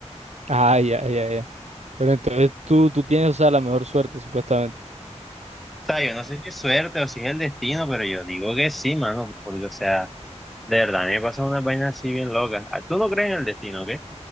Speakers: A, on the right; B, in the centre.
A: Ah, ya, ya, ya. Pero entonces tú, tú tienes, o sea, la mejor suerte, supuestamente.
B: O sea, yo no sé si es suerte o si es el destino, pero yo digo que sí, mano, porque, o sea, de verdad, a mí me pasan unas vainas así bien locas. Ah, Tú no crees en el destino, ¿ok?